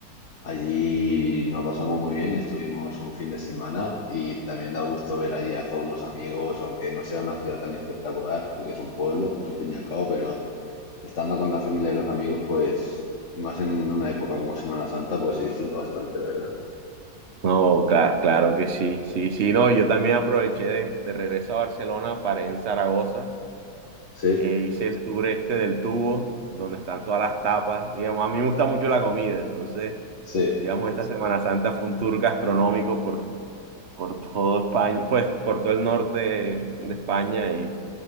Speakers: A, on the left (about 50°); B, on the right (about 50°).
A: allí nos pasamos muy bien, estuvimos un fin de semana y también da gusto ver allí a todos los amigos, aunque no sea una ciudad tan espectacular, porque es un pueblo al fin y al cabo, pero estando con la familia y los amigos, pues, y más en en una época como Semana Santa, pues se disfruta bastante, la verdad.
B: No, cla- claro que sí, sí, sí, no, yo también aproveché de, de regreso a Barcelona, paré en Zaragoza,
A: Sí,
B: e hice el tour este del tubo, donde están todas las tapas, digamos, a mí me gusta mucho la comida, entonces,
A: sí,
B: digamos, esta Semana Santa fue un tour gastronómico por, por todo España, pues por todo el norte de España